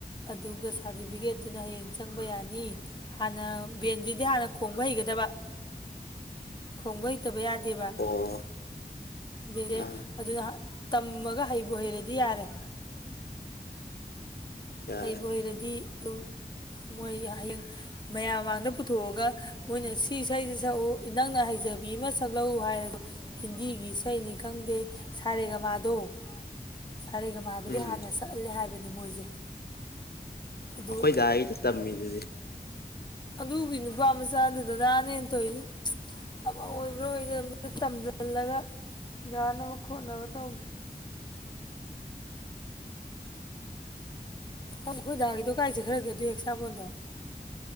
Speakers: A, on the left; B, on the left.
A: ꯑꯗꯨꯒ ꯁꯥꯔꯇꯤꯐꯤꯀꯦꯠꯇꯨꯅ ꯍꯌꯦꯡ ꯆꯠ ꯆꯪꯕ ꯌꯥꯅꯤ ꯍꯥꯟꯅ ꯕꯦꯟꯁꯤꯗꯤ ꯍꯥꯟꯅ ꯈꯣꯡꯕ ꯍꯩꯒꯗꯕ ꯈꯣꯡꯕ ꯍꯩꯇꯕ ꯌꯥꯗꯦꯕ
B: ꯑꯣ
A: ꯕꯤꯜꯗꯦ
B: ꯑꯥ
A: ꯑꯗꯨꯅ ꯍꯟ ꯇꯝꯃꯒ ꯍꯩꯕꯨ ꯍꯩꯔꯗꯤ ꯌꯥꯔꯦ
B: ꯌꯥꯔꯦ
A: ꯍꯩꯕ ꯍꯩꯔꯗꯤ ꯑꯗꯨꯝ ꯃꯣꯏ ꯍꯌꯦꯡ ꯃꯌꯥꯝ ꯃꯃꯥꯡꯗ ꯄꯨꯊꯣꯛꯑꯒ ꯃꯣꯏꯅ ꯁꯤ ꯏꯁꯩꯁꯤ ꯁꯛꯎ ꯅꯪꯅ ꯍꯩꯖꯕꯤ ꯑꯃ ꯁꯛꯂꯛꯎ ꯍꯥꯏꯔꯖꯨ ꯍꯤꯟꯗꯤꯒꯤ ꯏꯁꯩꯅꯤ ꯈꯪꯗꯦ ꯁꯥꯔꯦꯒꯃꯥꯗꯣ ꯁꯥꯔꯦꯒ ꯃꯥꯥꯕꯨꯗꯤ
B: ꯎꯝ
A: ꯍꯥꯟꯅ ꯁꯛꯍꯜꯂꯦ ꯍꯥꯏꯕꯅꯦ ꯃꯣꯏꯁꯦ ꯑꯗꯨ
B: ꯑꯩꯈꯣꯏꯗꯥꯏꯗ ꯇꯝꯃꯤꯗꯨꯗꯤ
A: ꯑꯗꯨꯒꯤ ꯅꯨꯄꯥ ꯃꯆꯥꯗꯨ ꯗꯗꯥꯅꯦ ꯇꯧꯏ ꯑꯃ ꯑꯣꯏꯕ꯭ꯔꯥ ꯑꯣꯏꯗꯕ ꯇꯝꯖꯤꯜꯂꯒ ꯌꯥꯅꯕ ꯈꯣꯠꯅꯕ ꯇꯧꯗꯦ꯫ ꯈꯟꯗꯦ ꯑꯩꯈꯣꯏꯗꯥꯒꯤꯗꯣ ꯀꯥꯏꯆꯥꯈ꯭ꯔꯒꯦ ꯑꯗꯨꯏ ꯍꯦꯛ ꯁꯥꯕꯣꯟꯗꯣ